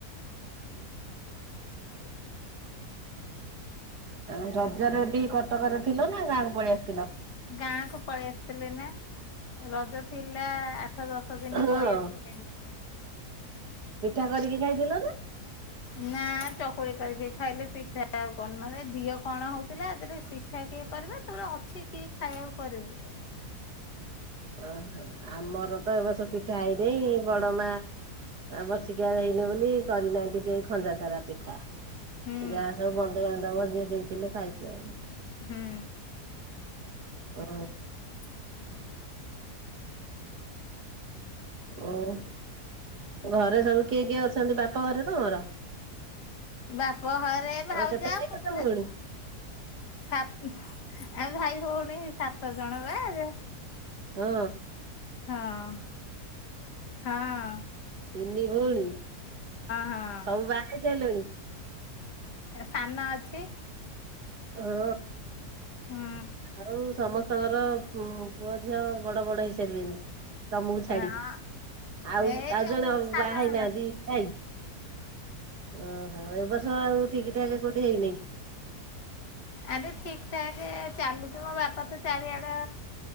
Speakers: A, on the left; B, on the right.
A: <unintelligible>
B: ଆ ରଜରେ ବି କଟକରେ ଥିଲ ନା ଗାଁକୁ ପଳେଇ ଆସିଥିଲ?
A: ଗାଁ କୁ ପଳେଇ ଆସିଥିଲେି ନା ରଜ ଥିଲା ଆଠ ଦଶ ଦଶ ଦିନ
B: ହଁ
A: ପଳେଇ ଆସିଥିଲି।
B: ପିଠା କରିକି ଯାଇଥିଲ ନା?
A: ନା ଚକୁଳି କରିକି ଖାଇଲୁ ପିଠା ଆଉ କରିନୁ ଏ ଦିହ କଣ ହଉଥିଲା? ପିଠା କିଏ କରିବ ନହେଲେ ଅଛି କିଏ ଖାଇବାକୁ କରିବୁ?
B: ଓହୋ ଆମର ତ ଏବର୍ଷ ପିଠା ହେଇନି ବଡ ମା ଆ ବର୍ଷିକା ହେଇନି ବୋଲି କରିନାହାନ୍ତି କେହି ଖଞ୍ଜା ସାରା ପିଠା।
A: ହୁଁ
B: ଯା ସବୁ ବନ୍ଧୁ ବାନ୍ଧବ ଯିଏ ଦେଇଥିଲେ ଖାଇଚୁ ଆଉ।
A: ହୁଁ।
B: ଓ।
A: ହ <unintelligible>
B: ଓ ଘରେ ସବୁ କିଏ କିଏ ଅଛନ୍ତି ବାପ ଘରେ ତମର?
A: ବାପ ଘରେ
B: ତମେ
A: ଭାଉଜ
B: କେତେ ଭାଇ
A: ପୁତୁରା।
B: କେତେ ଭଉଣୀ?
A: ସାତ ଆ ଭାଇ ଭଉଣୀ ସାତ ଜଣବା ଏବେ।
B: ଓ।
A: ହଁ ହଁ।
B: ତିନି ଭଉଣୀ
A: ହଁ।
B: ସବୁ ବାହା ହେଇ ସାଇଲଣି?
A: ଏ ସାନ ଅଛି।
B: ହୁଁ
A: ହୁଁ
B: ଆଉ ସମସ୍ତଙ୍କର ପୁଅ ଝିଅ ବଡ ବଡ ହେଇସାରିବେନି। ତମକୁ ଛାଡିକି
A: ହଁ
B: ଆଉ
A: ଏ
B: ଆଉ
A: ଯୋଉ
B: ଜଣେ
A: ସାନ
B: ବାହା ହେଇନାହାନ୍ତି
A: ନନା
B: ଭାଇ। ଓହୋ ଏବ ବର୍ଷ ଆଉ ଠିକ ଠାକ କୋଉଠି ହେଇନେହିଁ।
A: ଆରେ ଠିକ୍ ଠାକେ୍ ଚାଲିଥିବ ବାପା ତ ଚାରିଆଡେ